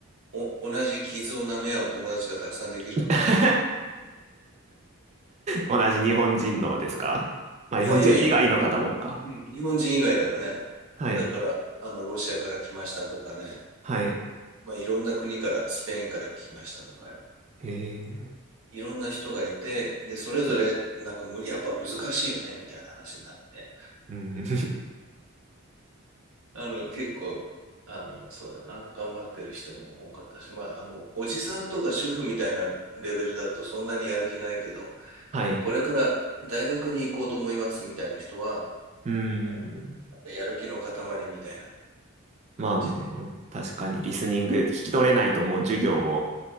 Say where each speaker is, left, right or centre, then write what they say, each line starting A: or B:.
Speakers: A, on the right; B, on the right.
A: お、同じ傷を舐め合う友達がたくさんできるので。
B: <laughs> 同じ日本人のですかまあ、
A: いやいやいや、
B: 日本人以外の方もか。
A: あの、うん、日本人以外でもね、
B: はい。
A: だから、あの、ロシアから来ましたとかね、
B: はい。
A: まあ、いろんな国から、スペインから来ましたとか、
B: えー、
A: いろんな人がいて、で、それぞれ、
B: はい。
A: なんかむ、やっぱ難しいよね、みたいな話になって。
B: うん。
A: あの、結構、あの、そうだな、頑張ってる人も多かったし、まあ、あの、おじさんとか主婦みたいなレベルだとそんなにやる気ないけど、
B: <laughs> はい。
A: これから大学に行こうと思いますみたいな人は、
B: うん。
A: 本当にやる気の塊みたいな
B: まあ、
A: 感じで。
B: もう確かにリスニング聞き取れないともう授業も
A: うん。